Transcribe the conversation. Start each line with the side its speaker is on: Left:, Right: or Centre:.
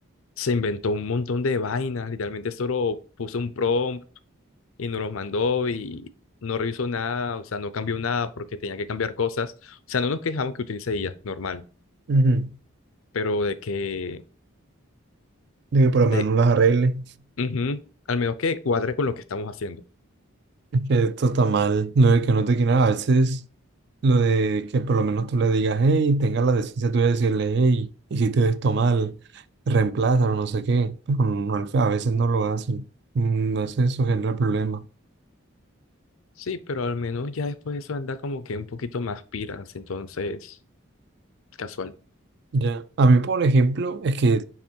Left: se inventó un montón de vainas, literalmente solo puso un prompt y nos los mandó y no revisó nada, o sea, no cambió nada porque tenía que cambiar cosas. O sea, no nos quejamos que utilice IA, normal,
Right: ujú.
Left: pero de que,
Right: De que por lo
Left: de,
Right: menos no las arregle.
Left: ujú, al menos que cuadre con lo que estamos haciendo.
Right: Es que esto está mal, no de que no te quieran a veces. Lo de que por lo menos tú le digas, hey, tenga la decencia tú de decirle, hey, hiciste esto mal, reemplázalo, no sé qué, pero no, al- a veces no lo hacen. Mm, No sé, eso genera problemas.
Left: Sí, pero al menos ya después de eso anda como que un poquito más piras, entonces, casual.
Right: Ya. A mí, por ejemplo, es que